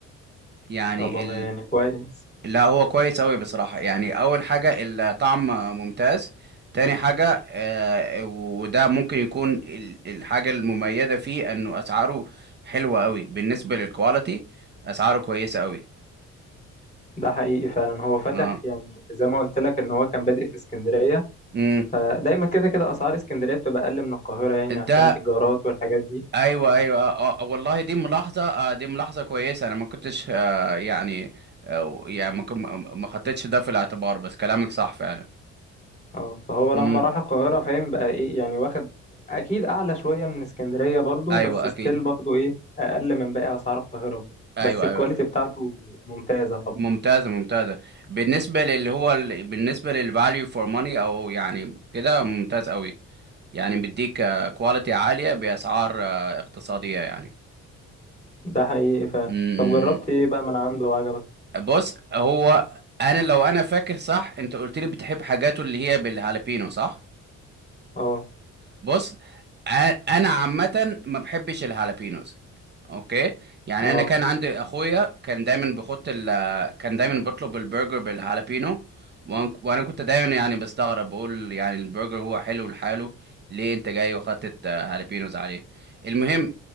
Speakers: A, on the right; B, on the left.
A: يعني
B: طب والله يعني كويس
A: لا هو كويس أوي بصراحة يعني أول حاجة الطعم ممتاز تاني حاجة آه، وده ممكن يكون ال- الحاجة المميزة فيه إنه أسعاره حلوة أوي بالنسبة للكواليتي أسعاره كويسة أوي
B: ده حقيقي فعلا هو فاتح
A: اه
B: يعني زي ما قلت لك ان هو كان بادئ في اسكندريه
A: امم
B: فدايما كده كده اسعار اسكندريه بتبقى اقل من القاهره يعني
A: ده
B: عشان الايجارات والحاجات دي
A: أيوه أيوه آه آه، والله دي ملاحظة آه دي ملاحظة كويسة أنا ما كنتش آه يعني آه يعني ما كن- ما خدتش ده في الاعتبار بس كلامك صح فعلا
B: اه فهو لما
A: امم
B: راح القاهرة فاهم بقى ايه يعني واخد اكيد اعلى شوية من اسكندرية برضو
A: أيوه
B: بس ستيل
A: أكيد
B: برضو ايه اقل من باقي اسعار القاهرة وكده
A: أيوه
B: بس الكواليتي
A: أيوه
B: بتاعته ممتازة طبعا
A: ممتازة ممتازة بالنسبة للي هو ال... بالنسبة للفاليو فور ماني او يعني كده ممتاز قوي يعني بيديك كواليتي عالية بأسعار آه، اقتصادية يعني
B: ده حقيقي فعلا
A: م- م-
B: طب جربت
A: م.
B: ايه بقى من عنده وعجبك
A: بص هو انا لو انا فاكر صح انت قلت لي بتحب حاجاته اللي هي بالهالبينو صح
B: اه
A: بص أ- انا عامه ما بحبش الهالابينوز اوكي يعني
B: اه
A: انا كان عندي اخويا كان دايما بيحط ال كان دايما بيطلب البرجر بالهالابينو وأن- وانا كنت دايما يعني بستغرب بقول يعني البرجر هو حلو لحاله ليه انت جاي وحطت آه، هالابينوز عليه المهم